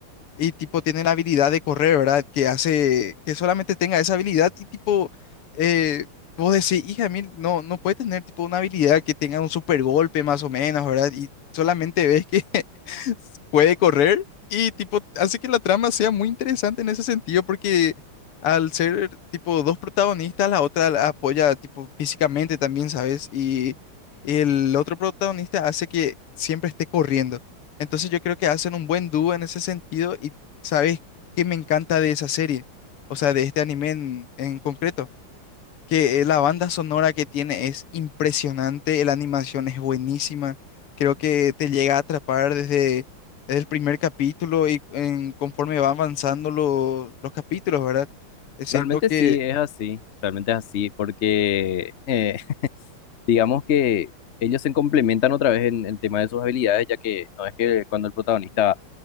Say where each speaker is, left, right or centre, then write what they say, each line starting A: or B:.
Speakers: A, on the left (about 85°); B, on the left (about 55°).
A: y tipo tiene la habilidad de correr, ¿verdad? Que hace que solamente tenga esa habilidad y tipo, eh, vos decís, hija, mil, no, no puede tener tipo una habilidad que tenga un super golpe más o menos, ¿verdad? Y solamente ves que <laughs> puede correr y tipo hace que la trama sea muy interesante en ese sentido porque al ser tipo dos protagonistas, la otra la apoya tipo físicamente también, ¿sabes? Y el otro protagonista hace que siempre esté corriendo. Entonces yo creo que hacen un buen dúo en ese sentido y sabes qué me encanta de esa serie, o sea, de este anime en, en concreto, que eh, la banda sonora que tiene es impresionante, la animación es buenísima, creo que te llega a atrapar desde, desde el primer capítulo y en- conforme van avanzando lo- los capítulos, ¿verdad? Eh, Siento
B: Realmente
A: que
B: sí, es así, realmente es así, porque eh, <laughs> digamos que ellos se complementan otra vez en el tema de sus habilidades, ya que no es que cuando el protagonista